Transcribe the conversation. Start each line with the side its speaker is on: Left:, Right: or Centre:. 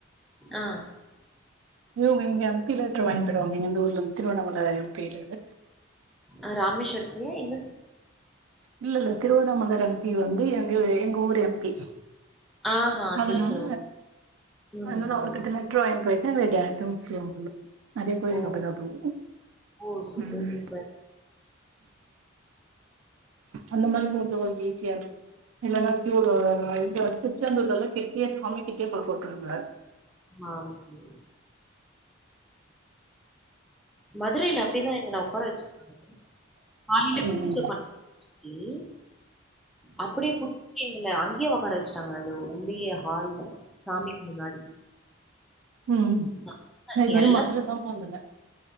Centre: ஆ
Right: இவுங்க இங்க எம் பி லெட்டரு வாங்கிதருவாங்க இந்த ஊர்லந்து திருவண்ணாமலை எம்பிட்ட இருந்து
Centre: அது இராமேஸ்வரத்துலயா எங்க
Right: இல்ல இல்ல திருவண்ணாமலை எம்பி வந்து எங்க எங்க ஊர் எம்பி
Centre: ஆஹா
Right: அதனால
Centre: சரி சரி ஓகே ம்
Right: அதனால
Centre: ம்.
Right: அவர் கட்டுல லெட்டர் வாங்கிட்டு போயிட்டா அங்க டைரக்டா விட்டுருவாங்க உள் நிறைய கோயிலுக்கு
Centre: ஓ
Right: அப்டிதா போவோ
Centre: ஓ சூப்பர்
Right: ம்
Centre: சூப்பர்
Right: அந்த மாரி கொடுத்தா கொஞ்சோ ஈசியா இருக்கு இல்லைனா கியூல வர்ற மாறி எங்க திருச்செந்தூர்ல எல்லா கிட்டியே சாமி கிட்டியே பாக்க உட்றாங்க
Centre: ஆ அப்டி மதுரயில அப்டிதா எங்கள உட்கார வச்சுக் காலையில
Right: ம்
Centre: பூஜ பண்ண ம் அப்படியே குடு இங்க எங்கள அங்கயே உட்கார வச்சுட்டாங்க அந்த உள்ளயே ஹால்ல சாமிக்கு முன்னாடி
Right: உம்
Centre: செம்ம
Right: நா இதுவர
Centre: எல்லாம்
Right: மதுர
Centre: தூ-
Right: தா போனதில்ல